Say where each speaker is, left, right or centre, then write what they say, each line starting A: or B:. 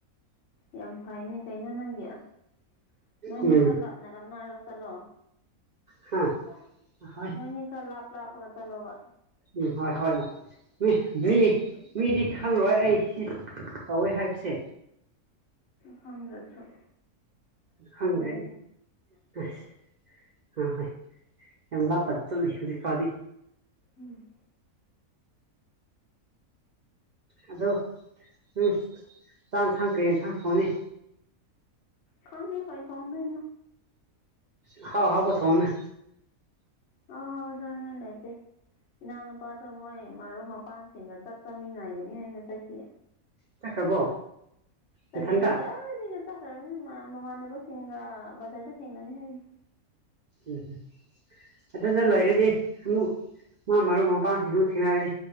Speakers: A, on the left; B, on the right.
A: ꯌꯥꯝ ꯐꯩꯅꯦ ꯀꯩꯅꯣ ꯅꯪꯗꯤ ꯑꯁ ꯅꯣꯏꯅꯤ
B: ꯎꯝ
A: ꯈꯔ ꯂꯥꯞꯅ ꯂꯥꯞꯅꯔꯒ ꯆꯠꯂꯣ
B: ꯍꯥ ꯍꯣꯏ
A: ꯅꯣꯏꯅꯤ ꯈꯔ ꯂꯥꯞ ꯂꯥꯞꯄꯒꯥ ꯆꯠꯂꯣꯕ
B: ꯎꯝ ꯍꯣꯏ ꯍꯣꯏ ꯃꯥ ꯃꯤ ꯃꯤ ꯃꯤꯗꯤ ꯈꯪꯪꯔꯣꯏ ꯑꯩ ꯁꯤ ꯇꯧꯋꯦ ꯍꯥꯏꯕꯁꯦ
A: ꯈꯪꯗꯁꯨ
B: ꯈꯪꯗ꯭ꯔꯦ <unintelligible> ꯑꯁ ꯑꯥ ꯍꯣꯏ ꯌꯥꯝ ꯂꯥꯞꯄꯗ ꯆꯠꯂꯤ ꯍꯧꯖꯤꯛ ꯐꯥꯎꯗꯤ
A: ꯎꯝ
B: ꯑꯗꯨ <unintelligible> ꯆꯥꯛ ꯏꯟꯁꯥꯡ ꯀꯩ ꯏꯟꯁꯥꯡ ꯊꯣꯡꯅꯤ
A: ꯈꯪꯗꯦ ꯀꯩ ꯊꯣꯡꯗꯣꯏꯅꯣ
B: ꯑꯍꯥꯎ ꯑꯍꯥꯎꯕ ꯊꯣꯡꯉꯨꯅꯦ
A: <unintelligible> ꯆꯥꯅꯤꯡꯉꯥꯏ ꯂꯩꯇꯦ ꯏꯅꯥꯎ ꯅꯨꯄꯥꯗꯣ ꯃꯣꯏ ꯃꯔꯨꯞ ꯃꯄꯥꯡꯁꯤꯡꯒ ꯆꯥꯛ ꯆꯥꯃꯤꯟꯅꯒꯅꯤ ꯍꯥꯏꯅ ꯆꯠꯈꯤꯌꯦ
B: ꯆꯠꯈ꯭ꯔꯕꯣ
A: <unintelligible> ꯉꯁꯥꯏꯗꯩ
B: ꯅꯊꯟꯇ
A: ꯆꯠꯈ꯭ꯔꯕꯅꯤ <unintelligible> ꯃꯃꯥꯟꯅꯕꯁꯤꯡꯒ ꯕꯖꯥꯔꯗ ꯊꯦꯡꯅꯅꯤ ꯍꯥꯏ <unintelligible>
B: ꯎꯝ ꯑꯗꯨꯗ ꯂꯩꯔꯗꯤ ꯑꯃꯨꯛ ꯃꯥ ꯃꯔꯨꯞ ꯃꯄꯥꯡꯁꯤꯡꯗꯣ ꯊꯦꯡꯅꯔꯗꯤ